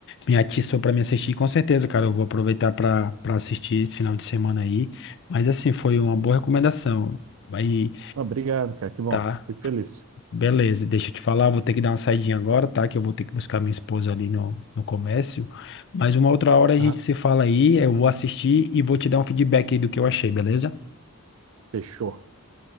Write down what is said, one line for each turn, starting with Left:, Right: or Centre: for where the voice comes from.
Left: me atiçou para me assistir. Com certeza, cara, eu vou aproveitar para para assistir esse final de semana aí. Mas assim, foi uma boa recomendação. Aí,
Right: Ah, Obrigado, cara. Que bom.
Left: tá,
Right: Fico feliz.
Left: beleza. Deixa eu te falar, eu vou ter que dar uma saidinha agora, tá? Que eu vou ter que buscar minha esposa ali no, no comércio. Mas uma outra hora a
Right: Aham.
Left: gente se fala aí, eu vou assistir e vou te dar um feedback aí do que eu achei, beleza?
Right: Fechou.